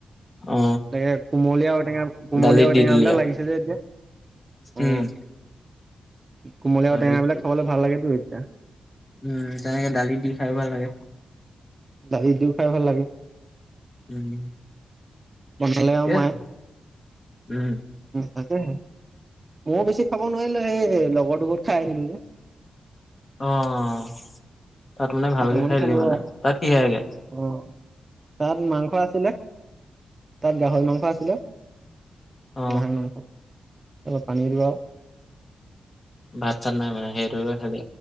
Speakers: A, on the left; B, on the right.
A: অ,
B: তাকে কুমলীয়া ঔ-টেঙা, কুমলীয়া
A: দালিত
B: ঔ-টেঙাবিলাক
A: দি দিলি আৰু
B: লাগিছে যে এতিয়া অ
A: উম।
B: কোমলীয়া
A: দালিত
B: আৰু টেঙাবিলাক খাবলে ভাল লাগেতো এতিয়া
A: উম তেনেকে দালি দি খাই ভাল লাগে
B: দালি দিও খাই ভাল লাগে
A: উম,
B: বনালে আৰু
A: ঠিকে
B: মায়ে
A: আছে উম।
B: তাকেহে ময়ো বেছি খাব নোৱাৰিলোঁ, সেই লগৰটো ঘৰত খাই আহিলোঁ যে
A: অ', তাত মানে ভালকে
B: কেইটামান
A: খাই
B: খালো
A: দিলি মানে,
B: আৰু
A: তাত কিহেগে
B: অ তাত মাংস আছিলে, তাত গাহৰি মাংস আছিলে
A: অ
B: গাহৰি মাংস তাৰপৰা পানীলাও
A: ভাত চাত নাই মানে, হেতুকে খালি